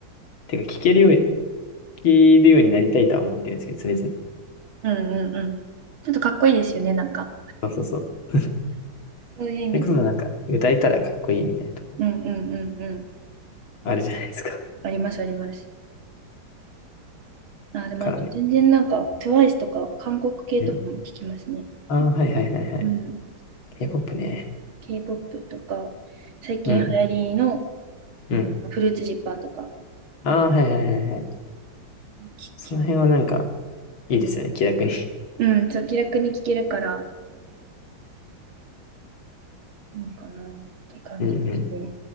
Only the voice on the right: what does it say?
うんうんうん。ちょっとかっこいいですよね、なんか。
そういう意味で。
うんうんうんうん。
ありますあります。あ、でもあと全然なんか、
トゥワイスとか韓国系とかも聞きますね。
うん。
K-POP とか、最近流行りの
フルーツジッパーとか
聞きます。
うん、そう、気楽に聞けるからいいかなって感じですね。